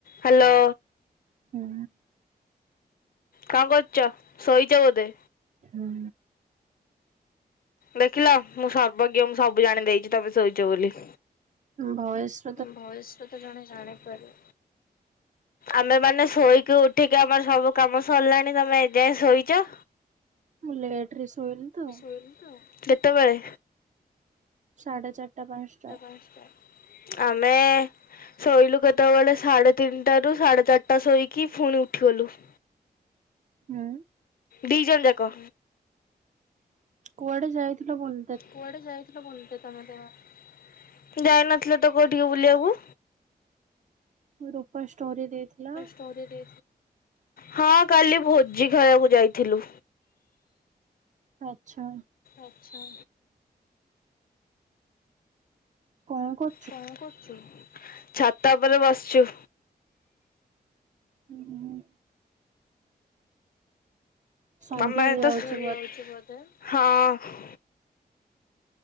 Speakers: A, on the left; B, on the right.
A: ହ୍ୟାଲୋ।
B: ହୁଁ।
A: କଣ କରୁଛ ଶୋଇଛ ବୋଧେ?
B: ହୁଁ।
A: ଦେଖିଲ ମୁଁ ସର୍ବଜ୍ଞ ମୁଁ ସବୁ ଜାଣି ଦେଇଛି ତମେ ଶୋଇଛ ବୋଲି।
B: ଭଏସ୍
A: ଭୟସରେତ ଜଣେ ଜାଣିପାର। ଆମେ ମାନେ ଶୋଇକି ଉଠିକି ଆମର ସବୁ କାମ ସରିଲାଣି ତମେ ଏଯାଏଁ ଶୋଇଚ।
B: ମୁଁ ଲେଟ୍ରି ଶୋଇନିତ
A: ସୋଇନିତ କେତେବେଳେ?
B: ସାଢ଼େ ଚାରିଟା ପାଞ୍ଚଟା।
A: ପାସ୍ଟା ଆମେ ଶୋଇଲୁ କେତେବେଳେ ସାଢେ ତିନିଟାରୁ ସାଢେ ଚାରିଟା ଶୋଇକି ପୁଣି ଉଠିଗଲୁ। <inaudible>
B: ହୁଁ।
A: ଡିିଜଣ ଯାକ।
B: କୁଆଡ଼େ ଯାଇଥିଲ ବନ୍
A: କୁଆଡ଼େ ଯାଇଥିଲ ମ ତମ ଯାଇନଥିଲୁତ କୋଉଠିକୁ ବୁଲିବାକୁ।
B: ରୂପା ଷ୍ଟୋରି ଦେଇଥିଲା।
A: ଷ୍ଟୋରି ହଁ କାଲି ଭୋଜି ଖାଇବାକୁ ଯାଇଥିଲୁ।
B: ଆଚ୍ଛା।
A: ଆଚ୍ଛା।
B: କଁ କ
A: କଁ କରୁଚୁ ଛାତ ଉପରେ ବସିଚୁ।
B: ଉଁ ହୁଁ। ସନ୍ଧ୍ୟା
A: ତମେ ଏତେ
B: ଦିଆହଉଛି
A: ଶୋଇ ଯାଉଚ ବୋଧେ ହଁ।